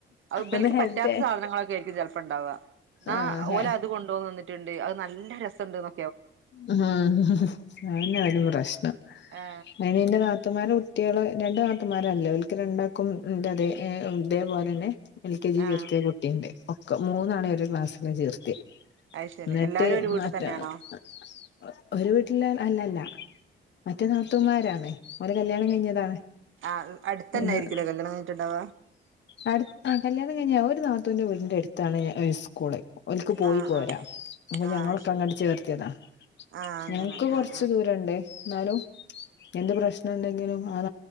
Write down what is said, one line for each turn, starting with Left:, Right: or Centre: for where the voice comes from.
Right: അത് ഇബൽക്ക്
Left: ഒന്ന് ഹെൽത്ത്
Right: പറ്റാത്ത സാധനങ്ങളൊക്കെയിർ ക്കും ചെൽപ്പണ്ടാവ ഇന്നാ
Left: ആഹ്
Right: ഓലത് കൊണ്ട് വന്നിട്ടുണ്ട് അത് നല്ല രസംണ്ട് ന്നൊ
Left: ആഹ് അ അ അതന്നെ ഓലെപ്രശ്നം
Right: ആ
Left: അയ്നിന്റെ നാ ത്തുമാരെ കുട്ടിയേള് രണ്ടു നാത്തുൻ മാരള്ളത് ഓല്ക്ക് രണ്ടാൾക്കും ഇന്റതേ ഇതേപോലെന്നെ എൽ കെ ജി
Right: ആ
Left: ചേർത്തിയ കുട്ടിണ്ട് ഒക്കെ മൂന്നാളിം
Right: ആ
Left: ഒരു ക്ലാസ്സിലാ ചേർത്തിയേ
Right: അത് ശരി
Left: ന്നട്ട്
Right: എല്ലാരും ഒരു വീട്ടിൽ
Left: മറ്റ
Right: തന്നെയാണോ
Left: അ അ അ ഒരു വീട്ടില അല്ലല്ല മറ്റേ നാത്തൂൻമാരാണ് ഓലെ കല്യാണം കഴിഞ്ഞതാണ്
Right: ആ അടുത്തന്നെ
Left: വ
Right: ആയിരിക്കൂലേ
Left: അ അ
Right: കല്യാണം കഴിഞ്ഞിട്ടുണ്ടാവ
Left: <inaudible> അടുത് ആ കല്യാണം കഴിഞ്ഞ ഒരു നാത്തൂന്റെ വീടിന്റെ എട്ത്താണ് സ്കൂള് ഓൽക്ക് പോയി
Right: ആ
Left: പോരാ
Right: ആ
Left: അപ്പൊ
Right: ആ
Left: ഞങ്ങളൊക്കെ
Right: ശരി
Left: അങ്ങട്ട് ചേർത്തിയതാ
Right: ആ അങ്ങനെ
Left: ഞങ്ങക്ക് കൊർച്ച്
Right: ആ ആ
Left: ദൂ രണ്ട് ന്നാലും എന്ത് പ്രശ്നം ഇണ്ടെങ്കിലും മാറ